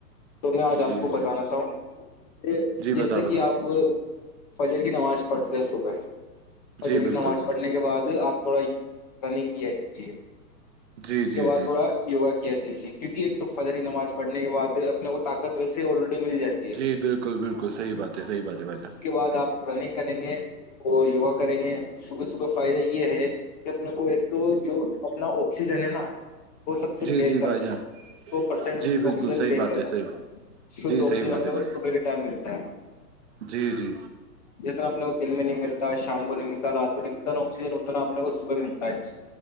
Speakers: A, on the left; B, on the right.
A: تو میں آج آپ
B: جی
A: کو
B: جی
A: بتانا ہوں یہ
B: جی
A: جیسے
B: بتا
A: کہ
B: بتا
A: آپ فجر کی نماز پڑھتے صبح اور
B: جی
A: جلید
B: بالکل
A: نماز
B: بالکل
A: پڑھنے کے بعد آپ تھوڑا رننگ کیا کیجے اس
B: جی
A: کے
B: جی
A: بعد
B: جی
A: تھوڑا یوگا کیا کیجیے کیونکہ فجرکی نماز پڑنے کے بعد اپنے کو طاقت ویسے آلریڈی مل جاتی ہے
B: جی بالکل بالکل صحیح بات ہے صحیح بات ہے بھائی جان
A: اس کے بعد آپ رننگ کریں گے اور یوگا کریں گے صبح صبح فائدہ یہ ہے کہ اپنے کو ایک تو جو اپنا آکسیجن ہے نا وہ سب سے
B: جی
A: بہتر
B: جی بھائی جان
A: سو پرسینٹ
B: جی بالکل
A: آکسیجن
B: صحیح
A: بہتر
B: بات ہے صحیح
A: شھود
B: جی
A: آکسیجن
B: صحیح بات
A: ہم لوگ
B: ہے بھائی
A: کو صبح کے ٹائم ملتا ہے
B: جی جی
A: جتنا اپنے کو دن میں نہیں ملتا شام کو نہیں ملتا رات کو نہیں ملتا نہ آکسیجن اتنا اپنےکو صبح ملتا ہے